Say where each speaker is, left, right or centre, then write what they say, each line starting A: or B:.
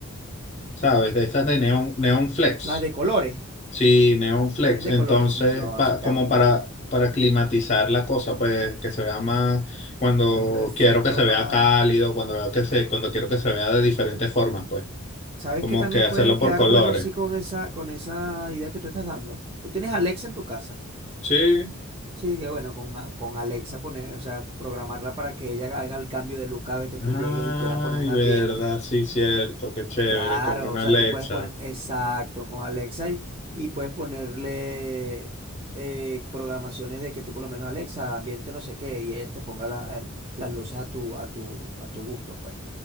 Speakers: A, on the left; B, on the right.
A: ¿sabes? De esas de neón, neón flex.
B: Las de colores,
A: Sí, neón flex.
B: vienen de
A: Entonces,
B: colores. No,
A: pa-
B: eso queda
A: como
B: muy
A: para,
B: bonito.
A: para climatizar la cosa, pues que se vea más, cuando
B: Poner un efecto
A: quiero que se
B: más.
A: vea cálido, cuando veo que se, cuando quiero que se vea de diferentes formas, pues,
B: ¿Sabes
A: como
B: qué también
A: que hacerlo
B: puede quedar
A: por colores.
B: bueno así con esa, con esa idea que tú estás dando? Tú tienes Alexa en tu casa.
A: Sí,
B: Sí, que bueno, con, a- con Alexa poner, o sea, programarla para que ella haga el cambio de luz cada vez que tú
A: Ay,
B: llegues y quieras poner un
A: verdad,
B: ambiente.
A: sí, cierto, qué chévere,
B: Claro,
A: con una
B: o sea,
A: Alexa.
B: tú puedes poner, exacto, con Alexa y, y puedes ponerle eh, programaciones de que tú por lo menos Alexa, ambiente no sé qué, y ella te ponga la- el- las luces a tu, a tu, a tu gusto, pues,